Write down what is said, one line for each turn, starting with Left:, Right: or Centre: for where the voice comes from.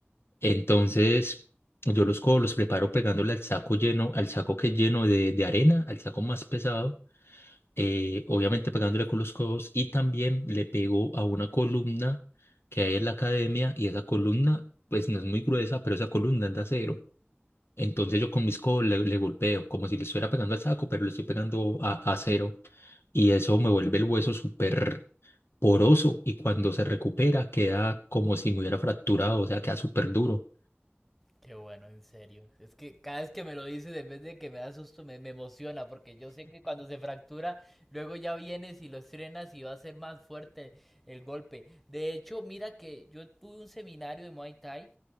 Left: Entonces yo los codos los preparo pegándole al saco lleno, al saco que es lleno de, de arena, al saco más pesado. eh, obviamente pegándole con los codos, y también le pegó a una columna que hay en la academia, y esa columna, pues no es muy gruesa, pero esa columna es de acero. Entonces yo con mis codos le, le golpeo, como si le estuviera pegando al saco, pero le estoy pegando a, a acero, y eso me vuelve el hueso súper poroso, y cuando se recupera queda como si me hubiera fracturado, o sea, queda súper duro.
Centre: Qué bueno, en serio. Es que cada vez que me lo dices, en vez de que me da susto, me, me emociona, porque yo sé que cuando se fractura, luego ya vienes y lo estrenas y va a ser más fuerte el golpe. De hecho, mira que yo tuve un seminario de Muay Thai